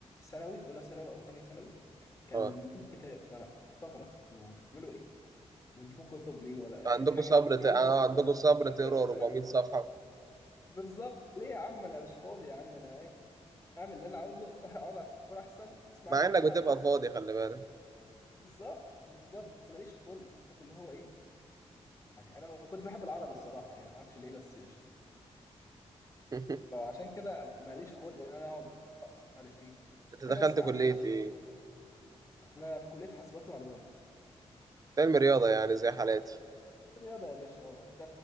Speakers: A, on the left; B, on the right.
A: ثانوي أولى ثانوي أو تانية ثانوي كان
B: اه
A: بيجيب كتاب فأنا بستغرب أنتوا بتعملوا إيه؟ بتجيبوا كتب ليه ولا إيه
B: عندكم
A: إيه الحاجات
B: صبر
A: دي؟
B: ت...
A: إيه
B: آه،
A: أنتوا
B: عندكم صبر
A: <laughs> أنا
B: تقرا
A: مش
B: 400
A: فاهم.
B: صفحه
A: بالظبط ليه يا عم انا مش فاضي يا عم انا ايه اعمل اللي انا عاوزه <laughs> اقعد على التليفون احسن اسمع
B: مع
A: لي اي
B: انك بتبقى
A: حاجه وخلاص
B: فاضي خلي بالك
A: بالظبط بالظبط بس ماليش خلق عارف اللي هو ايه يعني انا ما كنتش بحب العربي الصراحه يعني ما اعرفش ليه بس قشطه
B: <laughs>
A: فعشان كده ماليش خلق ان انا اقعد أقرأ ومش عارف ايه
B: انت
A: ممكن
B: دخلت
A: اسمع
B: كليه
A: ماشي
B: ايه
A: انا في كليه حاسبات ومعلومات
B: علم رياضه يعني زي حالاتي
A: رياضه يا باشا اه انت